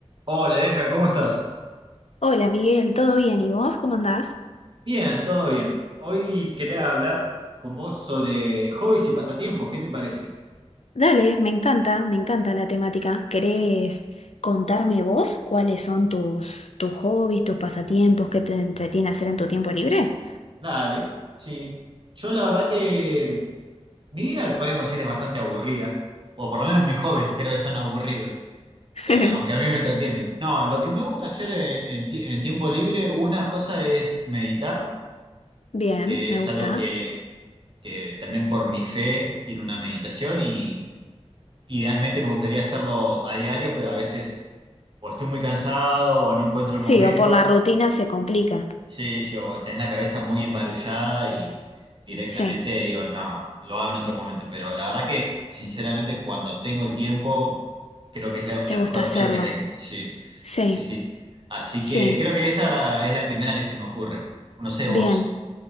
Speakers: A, on the right; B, on the left.
A: Hola Bianca, ¿cómo estás?
B: Hola Miguel, ¿todo bien? ¿Y vos cómo andás?
A: Bien, todo bien. Hoy quería hablar con vos sobre hobbies y pasatiempos, ¿qué te parece?
B: Dale, me encanta, me encanta la temática. ¿Querés contarme vos cuáles son tus, tus hobbies, tus pasatiempos, qué te entretiene hacer en tu tiempo libre?
A: Dale, sí. Yo la verdad que mi vida, podríamos decir, es bastante aburrida, o por lo menos mis hobbies creo que son aburridos,
B: <laughs>
A: eh, aunque a mí me entretienen. No, lo que me gusta hacer eh, en, ti- en tiempo libre, una cosa es meditar,
B: Bien,
A: que
B: me
A: es
B: gusta.
A: algo que, que también por mi fe tiene una meditación y Idealmente me gustaría hacerlo a diario, pero a veces o estoy muy cansado o no encuentro el momento.
B: Sí, o por la rutina se complica.
A: Sí, sí, o tenés la cabeza muy embarullada y directamente
B: Sí,
A: digo, no, lo hago en otro momento. Pero la verdad que, sinceramente, cuando tengo el tiempo, creo que es la, la
B: te
A: mejor
B: gusta hacerlo.
A: opción que tengo. Sí,
B: Sí,
A: sí, sí. Así
B: sí,
A: que creo que esa es la primera que se me ocurre. No sé
B: bien.
A: vos.